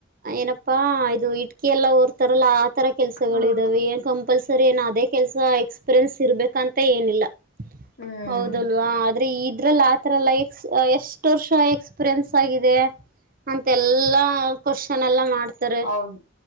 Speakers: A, on the right (about 45°); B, on the left (about 60°).
A: ಏನಪ್ಪಾ ಇಕೆ ಎಲ್ಲ ರ್ತ ಆ ತರ ಕೆಲಸಗಳು
B: ಹೌದು
A: ಇದಾವೆ ಏನ್ ಕಂಪಲ್ಸರಿ ಏನ್ ಅದೇ ಕೆಲಸ ಎಕ್ಸ್ಪೀರಿಯನ್ಸ್ ಇರ್ಬೇಕಂತ ಮತ್ತ ಏನಿಲ್ಲ
B: ಹ್ಮ್
A: ಹೌದಲ್ವಾ ಆದ್ರೆ ಇದ್ರಲ್ಲ ಆತರಲ್ಲ ಎ ಎಷ್ಟ ೋರ್ ಶಾ ಎಕ್ಸ್ಪೀರಿಯನ್ಸ್ ಆಗಿದೆ ಅಂತೆ ಎಲ್ಲಾ ಕ್ವಶನ್ ಎಲ್ಲ ಮಾಡ್ತಾರೆ
B: ಹೌದು